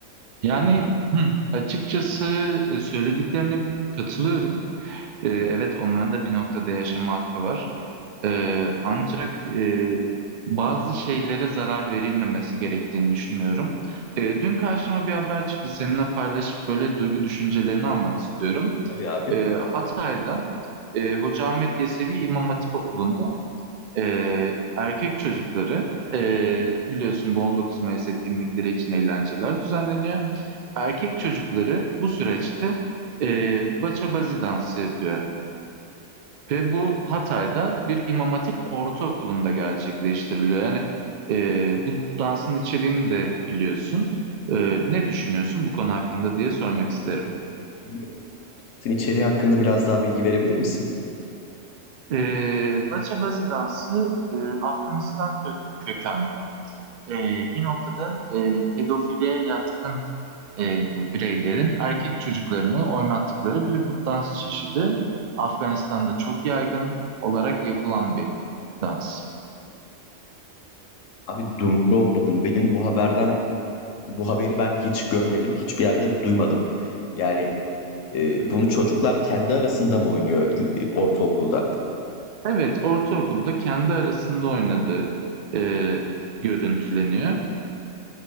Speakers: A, on the right; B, on the left.
A: Yani hı, açıkçası e, söylediklerine katılıyorum. E, evet onların da bir noktada yaşama hakkı var. Ee, ancak e, bazı şeylere zarar verilmemesi gerektiğini düşünüyorum. Ee, dün karşıma bir haber çıktı. Seninle paylaşıp böyle duygu düşüncelerini almak istiyorum.
B: Tabii abi.
A: Ee, Hatay'da e, Hoca Ahmet Yesevi İmam Hatip Okulu'nda e, erkek çocukları e, biliyorsun bu 19 Mayıs etkinlikleri için eğlenceler düzenleniyor. Erkek çocukları bu süreçte e, baça bazi dansı yapıyor. Ve bu Hatay'da bir İmam Hatip Ortaokulu'nda gerçekleştiriliyor. Yani e, bu dansın içeriğini de biliyorsun. E, ne düşünüyorsun bu konu hakkında diye sormak isterim.
B: Bilmiyorum. Sen içeriği hakkında biraz daha bilgi verebilir misin?
A: E, Bachabazi dansı e, Afganistan kö- kökenli. E, bir noktada e, pedofiliye yatkın e, bireylerin erkek çocuklarını oynattıkları bir dans çeşidi. Afganistan'da çok yaygın olarak yapılan bir dans.
B: Abi dumura uğradım. Benim bu haberden Bu haberi ben hiç görmedim, hiçbir yerde de duymadım. Yani e, bunu çocuklar kendi arasında mı oynuyor e, ortaokulda?
A: Evet, ortaokulda kendi arasında oynadığı e, görüntüleniyor.